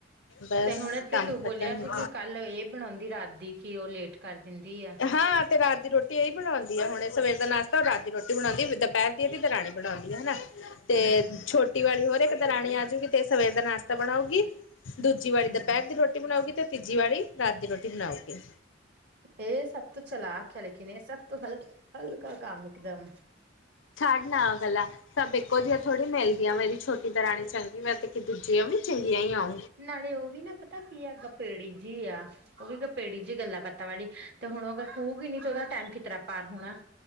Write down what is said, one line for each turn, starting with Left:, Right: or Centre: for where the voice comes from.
Left: ਬਸ
Right: ਤੇ ਹੁਣੇ ਤੇ
Left: ਕੰਮ
Right: ਤੂੰ ਬੋਲੇਆ
Left: ਖਤਮ
Right: ਸੀ ਕਿ ਕੱਲ ਏਹ ਬਣਾਉਂਦੀ, ਰਾਤ ਦੀ ਕਿ ਉਹ ਲੇਟ ਕਰ ਦਿੰਦੀ ਆ।
Left: ਹਾਂ ਤੇ ਰਾਤ ਦੀ ਰੋਟੀ ਏਈ ਬਣਾਉਂਦੀ ਹੈ ਹੁਣੇ, ਸਵੇਰ ਦਾ ਨਾਸ਼ਤਾ ਹੋਰ ਰਾਤ ਦੀ ਰੋਟੀ ਬਣਾਉਂਦੀ ਵੀ ਦੁਪੈਰ ਟੀ ਐਦੀ ਦਰਾਣੀ ਬਣਾਉਂਦੀ ਹਨਾ, ਤੇ
Right: ਹਾਂ
Left: ਛੋ ਟੀ ਵਾਲੀ ਹੋਰ ਏਕ ਦਰਾਣੀ ਆਜੂਗੀ ਤੇ ਸਵੇਰ ਦਾ ਨਾਸਤਾ ਬਣਾਉਗੀ, ਦੂਜੀ ਵਾਲੀ
Right: ਹਮ
Left: ਦੁਪੈਰ ਦੀ ਰੋ ਰੋਟੀ ਬਣਾਊਗੀ, ਤੇ ਤੀਜੀ ਵਾਲੀ ਰਾਤ ਦੀ ਰੋਟੀ ਬਣਾਊਗੀ।
Right: ਏਹ ਸਭ ਤੋਂ ਚਲਾਕ ਐ ਲੇਕਿਨ ਏਹ ਸਭ ਤੋਂ ਹਲ ਹਲਕਾ ਕੰਮ ਇਕਦਮ।
Left: ਛਾਡਨਾ ਆ ਗਲਾ ਸਭ ਇੱਕੋ ਜਿਹੀਹਾ ਥੋੜ੍ਹੀ ਮਿਲਦੀਆ ਵੇ, ਮੇਰੀ ਛੋਟੀ ਦਰਾਣੀ ਚੰਗੀ, ਮੈਂ ਤੇ ਕਿ ਦੂਜੀਆਂ ਵੀ ਚੰਗੀਆਂ ਈ ਔਨ।
Right: ਨਾਲੇ ਉਹ ਵੀ ਨਾ ਪਤਾ ਕੀ ਏ, ਗਪੇਡੀ ਜੀ ਆ। ਉਹ ਵੀ ਗਪੇੜੀ ਜਿ ਹੀ ਗੱਲਾਂ ਬਾਤਾਂ ਵਾਲੀ, ਤੇ ਹੁਣ ਉਹ ਅਗਰ ਖੂਹਗੀਈ ਨੀ ਤੇ ਉਹਦਾ ਟਾਈਮ ਕਿ ਤਰਾ ਪਾਰ ਹੋਣਾ,